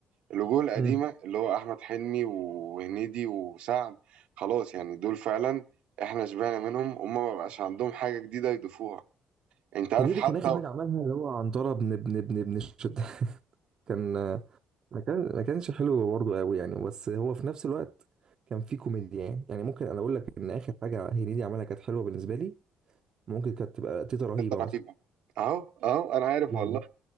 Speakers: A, on the right; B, on the right.
A: الوجوه القديمة
B: مم.
A: اللي هو أحمد حلمي وهنيدي وسعد خلاص يعني دول فعلا إحنا شبعنا منهم هما ما بقاش عندهم حاجة جديدة يضيفوها أنت عارف
B: هنيدي
A: حتى
B: كان آخر حاجة عملها اللي هو عنترة بن بن بن بن الشتاء <laughs> كان ما كان ما كانش حلو برضه قوي يعني بس هو في نفس الوقت كان فيه كوميديا يعني يعني ممكن انا اقول لك ان اخر حاجه هنيدي عملها كانت حلوه بالنسبه لي ممكن كانت تبقى تيتا رهيبه
A: ستة
B: مثلا
A: رهيبة أهو أهو أنا عارف
B: جامد
A: والله